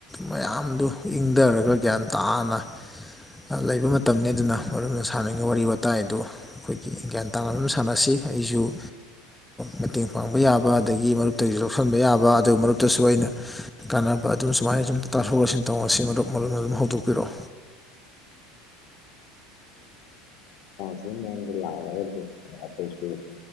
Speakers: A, in the centre; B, on the left (about 55°).
A: ꯃꯌꯥꯝꯗꯨ ꯏꯪꯊꯔꯒ ꯒ꯭ꯌꯥꯟ ꯇ ꯇꯅ ꯂꯩꯕ ꯃꯇꯝꯅꯤ ꯑꯗꯨꯅ ꯃꯔꯝꯅ ꯁꯥꯟꯅꯔꯤꯉꯩ ꯋꯥꯔꯤ ꯋꯥꯇꯥꯏ ꯑꯗꯨ ꯑꯩꯈꯣꯏꯒꯤ ꯒ꯭ꯌꯥꯟ ꯇꯥꯅ ꯑꯗꯨ ꯑꯃ ꯁꯥꯟꯅꯁꯤ ꯍꯥꯏꯁꯨꯨ ꯃꯇꯦꯡ ꯄꯥꯡꯕ ꯌꯥꯕ ꯑꯗꯒꯤ ꯃꯔꯨꯞꯇꯒꯤꯁꯨ ꯂꯧꯁꯤꯟꯕ ꯌꯥꯕ ꯑꯗꯨꯒ ꯃꯔꯨꯞꯇꯁꯨ ꯑꯩꯅ ꯀ ꯑꯗꯨꯝ ꯁꯨꯃꯥꯏꯅ ꯁꯨꯝ ꯇꯥꯊꯣꯛꯑꯁꯤꯟ ꯇꯧꯉ ꯁꯤ ꯃꯔꯨꯞ ꯃꯔꯨꯞ ꯑꯗꯨꯝ ꯍꯧꯗꯣꯛꯄꯤꯔꯛꯑꯣ
B: ꯁꯤꯡ ꯃ ꯂꯥꯛꯈꯣꯏꯁꯨ